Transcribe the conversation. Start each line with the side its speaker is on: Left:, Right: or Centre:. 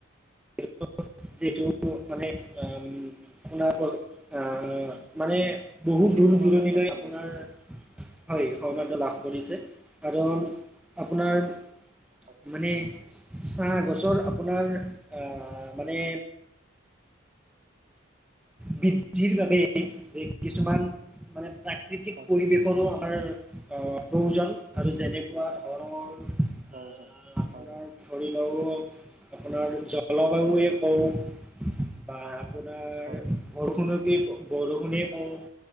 Centre: <unintelligible> আপোনাৰ পল আহ মানে বহুত
Right: বিশেষ
Centre: দূৰ
Right: সমাদৰ
Centre: দূৰণিলৈ
Right: লাভ কৰিছে
Centre: আপোনাৰ হয় সুনাদ্য লাভ কৰিছে আৰু আপোনাৰ
Right: হয়
Centre: মানে চাহ গছৰ আপোনাৰ আহ মানে বৃদ্ধিৰ বাবে যে কিছুমান মানে প্ৰাকৃতিক
Right: হয়
Centre: পৰিৱেশৰো আমাৰ আহ প্ৰয়োজন আৰু যেনেকুৱা ধৰনৰ আ
Right: প্ৰয়োজন
Centre: আপোনাৰ
Right: হয়
Centre: ধৰি লওঁক আপোনাৰ
Right: নিশ্চয়
Centre: জ জলাবায়ে হওঁক বা আপোনাৰ
Right: হয়
Centre: বৰষুণকে বৰষুণেই কওঁক